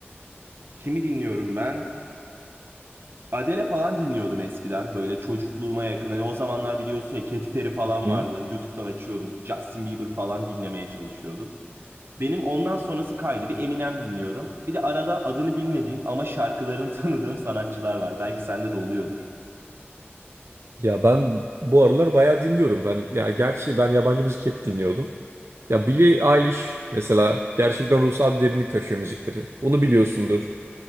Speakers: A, on the right; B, on the right.
A: kimi dinliyorum ben? Adele falan dinliyordum eskiden böyle çocukluğuma yakın. Hani o zamanlar biliyorsun ya Katy Perry falan
B: Hı.
A: vardı. YouTube'dan açıyordum. Justin Bieber falan dinlemeye çalışıyordum. Benim ondan sonrası kaydı. Bir Eminem dinliyorum. Bir de arada adını bilmediğim ama şarkılarını <laughs> tanıdığım sanatçılar var. Belki sende de oluyordur.
B: Ya ben bu aralar bayağı dinliyorum. Ben ya gerçi ben yabancı müzik hep dinliyordum. Ya Billie Eilish mesela gerçekten ruhsal bir derinlik taşıyor müzikleri. Onu biliyorsundur.